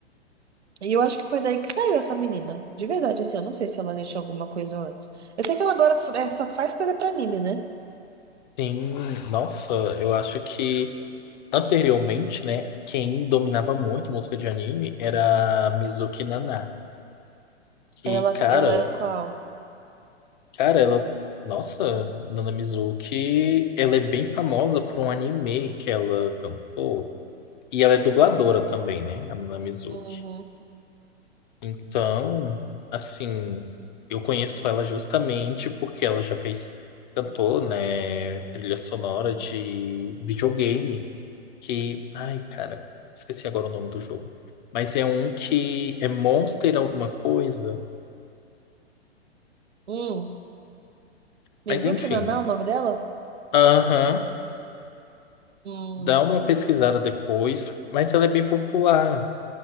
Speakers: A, on the right (about 75°); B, on the left (about 45°).
A: E eu acho que foi daí que saiu essa menina. De verdade, assim. Eu não sei se ela já tinha alguma coisa antes. Eu sei que ela agora f- é, só faz coisa pra anime, né?
B: Sim, nossa, eu acho que anteriormente, né, quem dominava muito música de anime era a Mizuki Naná. Que,
A: Ela,
B: cara.
A: ela era qual?
B: Cara, ela. Nossa, Nana Mizuki, ela é bem famosa por um anime que ela cantou. E ela é dubladora também, né? A Nana Mizuki.
A: Uhum.
B: Então, assim, eu conheço ela justamente porque ela já fez, cantou, né? Trilha sonora de videogame. Que. Ai, cara, esqueci agora o nome do jogo. Mas é um que é Monster alguma coisa.
A: Hum.
B: Mas
A: Mizuki
B: enfim.
A: Naná, o nome dela?
B: Aham.
A: Hum.
B: Dá uma pesquisada depois, mas ela é bem popular.